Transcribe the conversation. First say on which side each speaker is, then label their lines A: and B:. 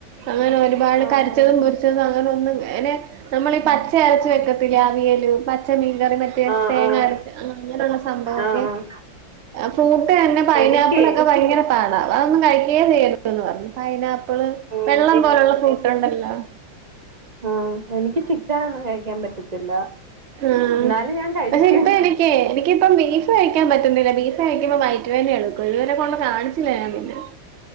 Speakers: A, on the right (about 80°); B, on the right (about 25°).
A: അങ്ങനെ ഒരുപാട്
B: ആഹ്
A: കരി ച്ചതും പൊരിച്ചതും അങ്ങനൊന്നും അങ്ങനെ നമ്മളീ പച്ചയരച്ച വെക്കത്തില്ലേ അവിയലും പച്ച മീൻകറി മറ്റേ
B: ആഹ്
A: തേങ്ങരച്ച്
B: ആഹ്
A: അങ്ങനെയുള്ള സംഭവൊക്കെ
B: ആഹ് ആഹ്
A: ഫ്രൂട്ട് തന്നെ പൈനാപ്പിൾ
B: എനിക്കേ
A: ഒക്കെ ഭയങ്കര പാടാ അതൊന്നും കഴിക്കുകേ ചെയ്യരുത് പറഞ്ഞു പൈനാ പ്പിള്
B: ഉം
A: വെള്ളം പോലുള്ള ഫ്രൂട്ട് ഉണ്ടല്ലോ
B: ആഹ് എനിക്ക് ചിക്കനൊന്നും കഴിക്കാൻ പറ്റത്തില്ല
A: ആഹ്
B: എന്നാലും ഞാൻ കഴിക്കും
A: പക്ഷെ ഇപ്പ എനിക്ക് എനിക്കിപ്പം ബീഫ് കഴിക്കാൻ പറ്റുന്നില്ല ബീഫ് കഴിക്കുമ്പോ വയറ്റുവേദന എടുക്കും ഇതുവരെ കൊണ്ട് കാണിച്ചില്ല ഞാൻ പിന്നെ